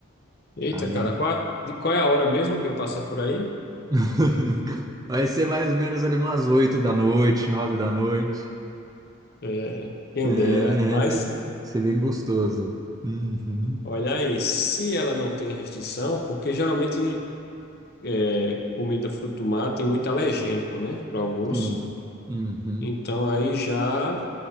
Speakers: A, on the left (about 50°); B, on the right (about 15°).
A: Eita,
B: sabe?
A: cara, qual, de, qual é a hora mesmo que eu passar por aí?
B: <laughs> Vai ser mais ou menos ali umas 8 da noite, 9 da noite.
A: É, quem
B: É,
A: dera, mas.
B: vai ser ser bem gostoso. Uhum.
A: Olha aí, se ela não tem restrição, porque geralmente é, comida fruto do mar tem muito alergênico, né, para alguns.
B: Sim. Uhum.
A: Então aí já